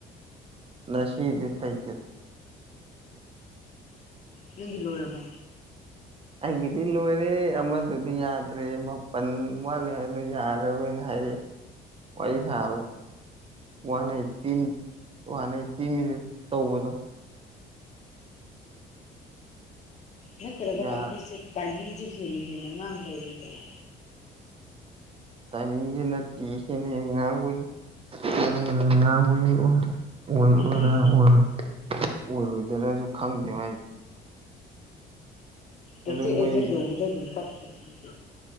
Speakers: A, on the right (about 35°); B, on the left (about 45°).
A: ꯉꯁꯤꯗꯤ ꯇꯩꯗꯦ
B: ꯅꯪꯗꯤ ꯂꯣꯏꯔꯕ
A: ꯑꯩꯒꯤꯗꯤ ꯂꯣꯏꯔꯦ ꯑꯃꯗꯨꯗꯤ ꯌꯥꯗ꯭ꯔꯦ ꯃꯥꯄꯜ ꯋꯥꯠꯂꯤ ꯍꯥꯏꯗꯣ ꯌꯥꯔꯔꯣꯏꯅ ꯍꯥꯏꯔꯦ ꯋꯥꯔꯤ ꯁꯥꯕꯗ one eighteen one eighteen minutes ꯇꯧꯕꯗꯣ
B: ꯅꯠꯇ꯭ꯔꯒꯅ
A: ꯌꯥꯔ
B: ꯑꯩꯈꯣꯏꯁꯦ ꯇꯥꯏꯃꯤꯡꯁꯦ ꯍꯦꯟꯅ ꯍꯦꯟꯅ ꯉꯥꯡꯕꯩ ꯑꯣꯏ ꯖꯥꯠꯂꯥ
A: ꯇꯥꯏꯃꯤꯡꯖꯦ ꯅꯠꯇꯦ ꯍꯦꯟꯅ ꯍꯦꯟꯅ ꯉꯥꯡꯕꯒꯤ ꯍꯦꯟꯅ ꯍꯦꯟꯅ ꯉꯥꯡꯕꯒꯤ ꯑꯣꯏꯗꯣꯏꯔ
B: ꯎꯝ
A: ꯑꯣꯏꯔꯣꯏ ꯑꯣꯢꯔꯣꯢꯗꯣꯏꯔꯖꯨ ꯈꯪꯗꯦ ꯃꯥꯢꯖꯦ
B: ꯑꯦꯛꯖꯦꯛ
A: ꯑꯗꯨ ꯃꯣꯏ
B: ꯑꯦꯛꯖꯦꯛ ꯌꯧꯕꯗ ꯑꯗꯨꯝ ꯀꯛꯈꯔꯁꯤꯗꯤ